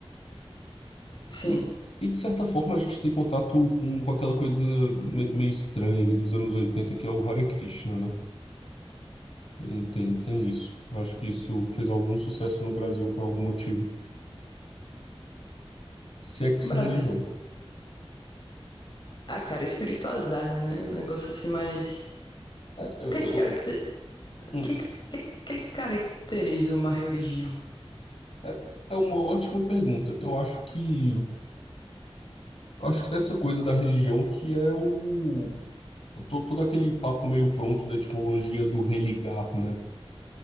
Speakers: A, on the left; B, on the left.
A: Sim,
B: E, e de certa forma, a gente tem contato com, com aquela coisa me- meio estranha ali dos anos 80 que é o Hare Krishna, né? Tem, tem, tem isso. Eu acho que isso fez algum sucesso no Brasil por algum motivo. Se é que isso
A: Brasil.
B: é religião.
A: Ah, cara, espiritualidade, né? Um negócio assim mais.
B: É, eu,
A: O que que, caracter... o
B: eu-
A: que, que, que que que caracteriza uma religião?
B: É é uma ótima pergunta. Eu acho que eu acho que tem essa coisa da religião que é o to- todo aquele papo meio pronto da etimologia do religar, né?